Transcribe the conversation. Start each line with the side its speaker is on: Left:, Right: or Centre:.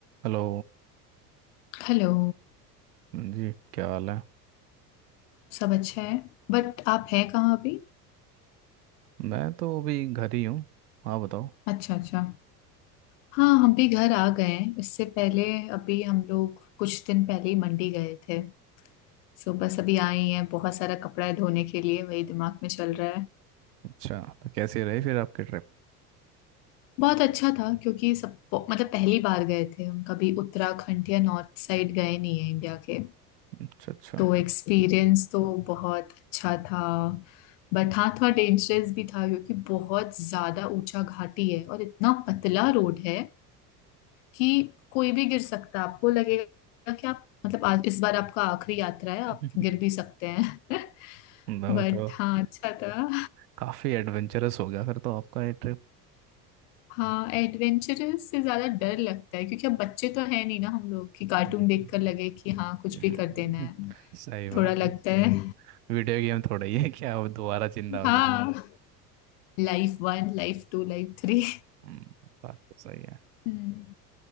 Right: Hello
Left: Hello
Right: जी क्या हाल है
Left: सब अच्छा है बट आप है कहाँ अभी
Right: मैं तो अभी घर ही हूँ हाँ बताओ
Left: अच्छा अच्छा हाँ हम भी घर आ गए हैं इससे पहले अभी हम लोग कुछ दिन पहले ही मंडी गए थे सो बस अभी आए ही हैं बहुत सारा कपड़ा है धोने के लिए वही दिमाग में चल रहा है
Right: अच्छा तो कैसी रही फिर आपकी ट्रिप
Left: बहुत अच्छा था क्योंकि सब मतलब पहली बार गए थे हम कभी उत्तराखंड या नॉर्थ साइड गए नहीं है इंडिया के
Right: अच्छा अच्छा
Left: तो एक्सपीरियंस तो बहुत अच्छा था बट हाँ थोड़ा डेंजरस भी था क्योंकि बहुत ज्यादा ऊंचा घाटी है और इतना पतला रोड है कि कोई भी गिर सकता है आपको लगेगा कि आप मतलब आज इस बार आपका आखिरी यात्रा है
Right: <laughs>
Left: आप गिर भी सकते हैं <laughs>
Right: बताओ
Left: बट
Right: तो
Left: हाँ अच्छा था
Right: काफ़ी एडवेंचरस हो गया फिर तो आपका ये ट्रिप
Left: हाँ एडवेंचरस से ज्यादा डर लगता है क्योंकि अब बच्चे तो है नहीं ना हम लोग कि कार्टून
Right: <laughs> हम्म,
Left: देखकर लगे कि हाँ कुछ
Right: हम्म,
Left: भी कर देना है
Right: सही बात
Left: थोड़ा लगता
Right: है
Left: है
Right: वीडियो गेम थोड़ा ही है क्या आप दोबारा जिंदा हो
Left: हाँ
Right: जाएंगे
Left: Life one life two life three
Right: हम्म, बात तो सही है
Left: Hmm